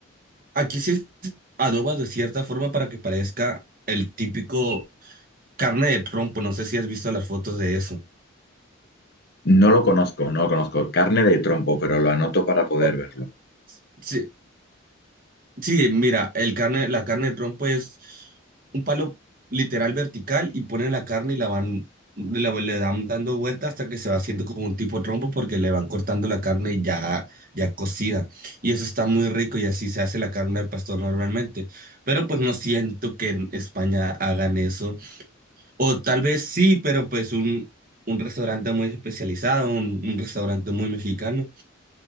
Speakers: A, on the right; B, on the left.
A: Aquí se adoba de cierta forma para que parezca el típico carne de trompo, no sé si has visto las fotos de eso.
B: No lo conozco, no lo conozco. Carne de trompo, pero lo anoto para poder
A: Oh,
B: verlo.
A: sí, Sí, mira, el carne, la carne de trompo es un palo literal vertical y ponen la carne y la van, la- le dan dando vuelta hasta que se va haciendo como un tipo trompo porque le van cortando la carne ya, ya cocida. Y eso está muy rico y así se hace la carne de pastor normalmente. Pero pues no siento que en España hagan eso. O tal vez sí, pero pues un, un restaurante muy especializado, un un restaurante muy mexicano.